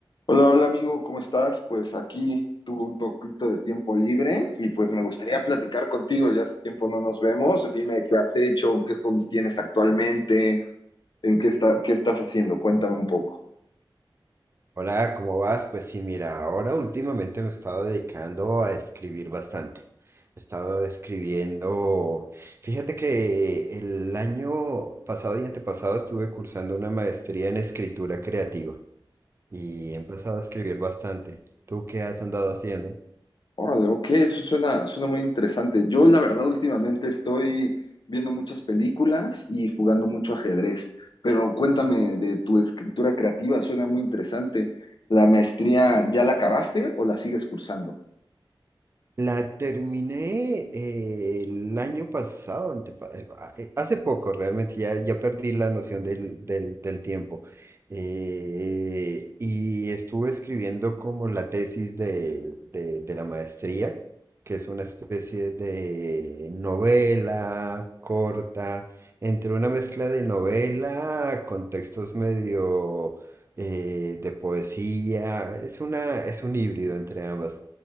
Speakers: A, on the left; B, on the right.
A: Hola, hola amigo, ¿cómo estás? Pues aquí tuve un poquito de tiempo libre y pues me gustaría platicar contigo, ya hace tiempo no nos vemos, dime qué has hecho, qué hobbies tienes actualmente, en qué está, qué estás haciendo, cuéntame un poco.
B: Hola, ¿cómo vas? Pues sí, mira, ahora últimamente me he estado dedicando a escribir bastante. He estado escribiendo. Fíjate que el año pasado y antepasado estuve cursando una maestría en escritura creativa y he empezado a escribir bastante. ¿Tú qué has andado haciendo?
A: Órale, ok, eso suena, suena muy interesante. Yo la verdad últimamente estoy viendo muchas películas y jugando mucho ajedrez, pero cuéntame de tu escritura creativa, suena muy interesante. ¿La maestría ya la acabaste o la sigues cursando?
B: La terminé eh, el año pasado, antepa- eh, a- eh, hace poco realmente, ya, ya perdí la noción del, del, del tiempo. Eh, y estuve escribiendo como la tesis de, de, de la maestría, que es una especie de novela corta, entre una mezcla de novela con textos medio eh, de poesía. Es una, es un híbrido entre ambas.